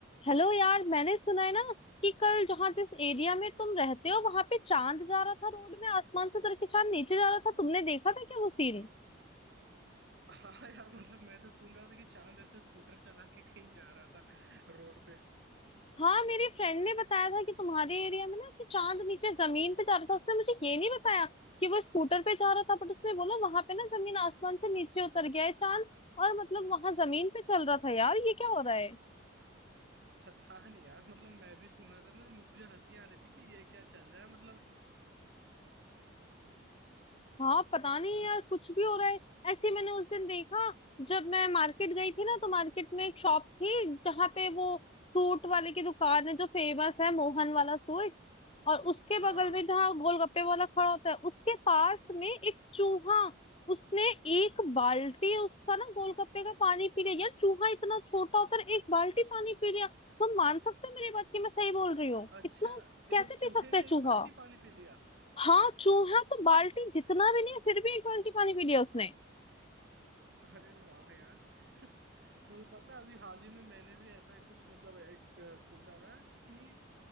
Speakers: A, on the left; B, on the right.
A: Hello यार मैंने सुना है ना कि कल जहाँ जिस एरिया में तुम रहते हो वहां पे चांद जा रहा था रोड में आसमान से उतर के चांद नीचे जा रहा था तुमने देखा था क्या वो सीन
B: हाँ यार मतलब मैं तो सुन रहा था कि चांद ऐसे स्कूटर चला के कहीं जा रहा था रोड पे
A: हाँ मेरी फ्रेंड ने बताया था कि तुम्हारे एरिया में ना कि चांद नीचे जमीन पे जा रहा था उसने मुझे ये नहीं बताया कि वो स्कूटर पे जा रहा था बट उसने बोला वहां पे ना जमीन आसमान से नीचे उतर गया है चांद और मतलब वहां जमीन पे चल रहा था यार ये क्या हो रहा है
B: पता नहीं यार मतलब मैं भी सुना था ना मुझे हंसी आ रही थी कि ये क्या चल रहा है मतलब
A: हाँ पता नहीं
B: <laughs>
A: यार कुछ भी हो रहा है ऐसे ही मैंने उस दिन देखा जब मैं मार्केट गई थी ना तो मार्केट में एक शॉप थी जहाँ पे वो सूट वाले की दुकान है जो फेमस है मोहन वाला सूट और उसके
B: हाँ
A: बगल
B: हाँ
A: में जहाँ गोलगप्पे वाला खड़ा होता है उसके पास में एक चूहा उसने एक बाल्टी उसका ना गोलगप्पे का पानी पी लिया यार चूहा इतना छोटा होता है एक बाल्टी पानी पी लिया तुम मान सकते हो मेरी बात कि मैं सही बोल रही हूँ
B: अच्छा
A: इतना
B: एक
A: कैसे
B: चूहे
A: पी सकता
B: ने
A: है चूहा
B: एक बाल्टी पानी पी लिया
A: हाँ चूहा तो बाल्टी जितना भी नहीं फिर भी एक बाल्टी पानी पी लिया उसने
B: अरे वाह यार <laughs> तुम्हें पता है, अभी हाल ही में मैंने भी ऐसा कुछ मतलब एक अ, सोचा था कि